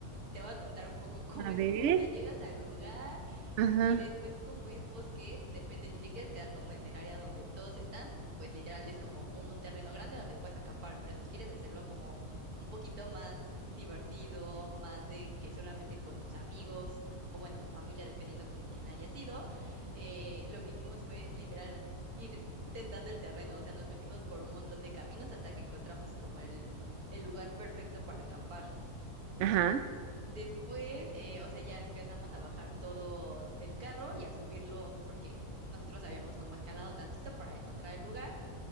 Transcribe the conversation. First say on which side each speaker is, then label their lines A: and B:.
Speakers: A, on the right; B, on the right.
A: te voy a contar un poco <laughs> cómo
B: A
A: estuvo.
B: ver.
A: O sea, llegas al lugar
B: Ajá.
A: Y después, como es bosque, depende si te quieres quedar como en el área donde todos están, pues literal es como un terreno grande donde puedes acampar, pero si quieres hacerlo como un poquito más divertido, más de que solamente con tus amigos o bueno, tu familia, dependiendo con quién haya sido, eh, lo que hicimos fue literal ir tentando el terreno, o sea, nos metimos por un montón de caminos hasta que encontramos como el, el lugar perfecto para acampar.
B: Ajá.
A: Después, eh, o sea, ya empezamos a bajar todo del carro y a subirlo porque nosotros habíamos como escalado tantito para encontrar el lugar